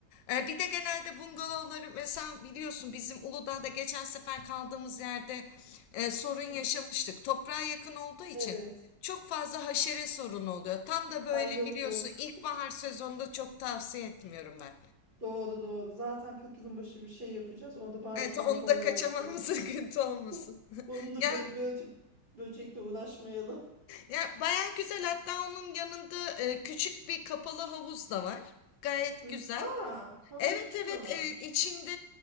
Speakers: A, on the left (about 80°); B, on the right (about 30°).
A: Ee, bir de genelde bungalovları mesela biliyorsun bizim Uludağ'da geçen sefer kaldığımız yerde e, sorun
B: Hı
A: yaşamıştık.
B: hı.
A: Toprağa yakın olduğu için
B: Evet.
A: çok fazla haşere sorunu oluyor. Tam da böyle
B: Ay yok
A: biliyorsun
B: yok. <laughs>
A: ilkbahar sezonunda çok tavsiye etmiyorum ben.
B: Doğru doğru. Zaten 40 yılın başı bir şey yapacağız. O da bari
A: Evet
B: konforlu
A: onu da kaçamamız
B: olsun.
A: <laughs> sıkıntı olmasın.
B: <laughs> Onu
A: <laughs>
B: da
A: Yani
B: böyle börtüp böcekle uğraşmayalım.
A: Ya baya güzel. Hatta onun yanında e, küçük bir kapalı havuz da var. Gayet
B: Hı.
A: güzel.
B: Aa, havuzu
A: Evet evet
B: da var.
A: e, içinde